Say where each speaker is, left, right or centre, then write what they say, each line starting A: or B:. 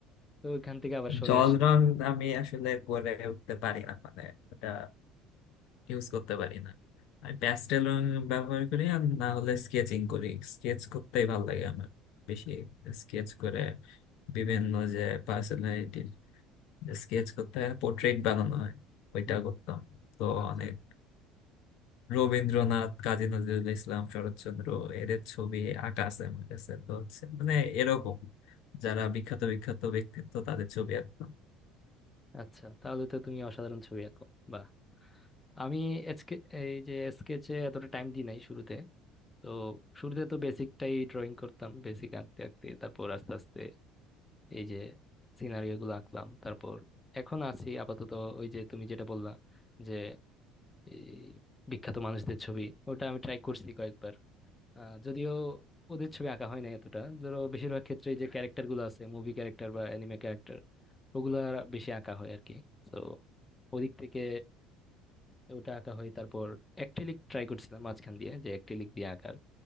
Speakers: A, on the left (about 15°); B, on the left (about 70°).
A: তো ওইখান থেকে আবার সরে
B: জল
A: আসি
B: রং
A: আর কি।
B: আমি আসলে করে উঠতে পারি না মানে ওটা ইউজ করতে পারি না আমি প্যাস্টেল রং ব্যবহার করি আর না হলে স্কেচিং করি স্কেচ করতেই ভালো লাগে আমার বেশি স্কেচ করে বিভিন্ন যে পার্সোনালিটি স্কেচ করতে হয় পোর্ট্রেট বানানো হয় ওইটা
A: হুম, হুম।
B: করতাম তো
A: আচ্ছা
B: অনেক রবীন্দ্রনাথ কাজী নজরুল ইসলাম শরৎচন্দ্র এদের ছবি আঁকা আছে আমার কাছে তো হচ্ছে মানে এরকম যারা বিখ্যাত বিখ্যাত ব্যক্তিত্ব তাদের ছবি আঁকতাম
A: আচ্ছা তাহলে তো তুমি অসাধারণ ছবি আঁকো বাহ আমি এসকে এই যে স্কেচে এতটা টাইম দিই নাই শুরুতে তো শুরুতে তো বেসিকটাই ড্রয়িং করতাম বেসিক আঁকতে আঁকতে তারপর আস্তে আস্তে এই যে সিনারিও গুলো আঁকলাম তারপর এখন আছি আপাতত ওই যে তুমি যেটা বললা যে এই বিখ্যাত মানুষদের ছবি ওটা আমি ট্রাই করছি কয়েকবার আহ, যদিও ওদের ছবি আঁকা হয় না এতটা ধরো বেশিরভাগ ক্ষেত্রে যে ক্যারেক্টার গুলো আছে মুভি ক্যারেক্টার বা অ্যানিমে ক্যারেক্টার ওগুলা বেশি আঁকা হয় আর কি তো ওদিক থেকে ওটা আঁকা হয় তারপর অ্যাক্রিলিক ট্রাই করছিলাম মাঝখান দিয়ে যে অ্যাক্রিলিক দিয়ে আঁকার